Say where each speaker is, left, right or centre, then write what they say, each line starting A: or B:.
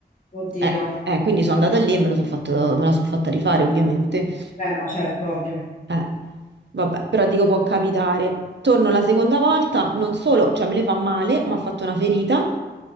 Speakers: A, on the left; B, on the right.
A: Oddio.
B: Eh, eh, quindi sono andata lì e me lo so fatto- me la sono fatta rifare ovviamente.
A: Beh, no, certo, ovvio.
B: Eh. Vabbè, però dico può capitare. Torno la seconda volta, non solo, cioè me le fa male, ma ha fatto una ferita,